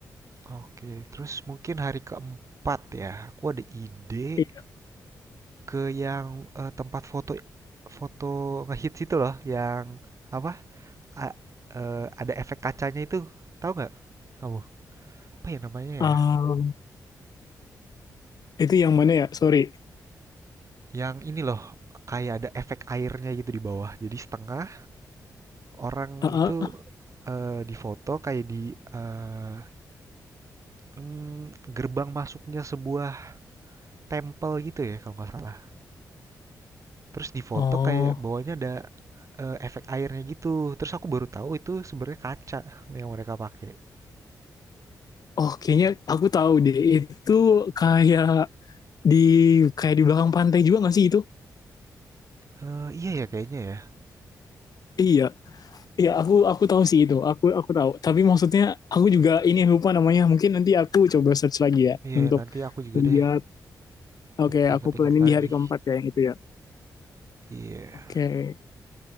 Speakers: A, on the right; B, on the left.
A: Oke, terus mungkin hari keempat ya, aku ada ide
B: Iya.
A: ke yang eh, tempat foto foto ngehits itu loh, yang apa? A- eh, ada efek kacanya itu, tahu nggak kamu? Apa ya namanya
B: Um,
A: ya?
B: itu yang mana ya? Sorry.
A: Yang ini loh, kayak ada efek airnya gitu di bawah. Jadi setengah orang
B: Ah, ah,
A: itu
B: ah.
A: eh, difoto kayak di eh, mmm, gerbang masuknya sebuah temple gitu ya kalau nggak salah. Terus di foto
B: oh,
A: kayak bawahnya ada eh, efek airnya gitu. Terus aku baru tahu itu sebenarnya kaca yang mereka pakai.
B: oh kayaknya aku tahu deh. Itu kayak di kayak di belakang pantai juga nggak sih itu?
A: Eh, iya ya kayaknya ya.
B: Iya. Iya, aku aku tahu sih itu. Aku aku tahu. Tapi maksudnya aku juga ini lupa namanya. Mungkin nanti aku coba search lagi ya
A: Iya
B: untuk
A: ya, nanti aku juga
B: lihat
A: deh
B: Oke,
A: lup- ingat-ingat
B: aku planning
A: lagi.
B: di hari keempat ya yang itu ya.
A: Iya.
B: Oke,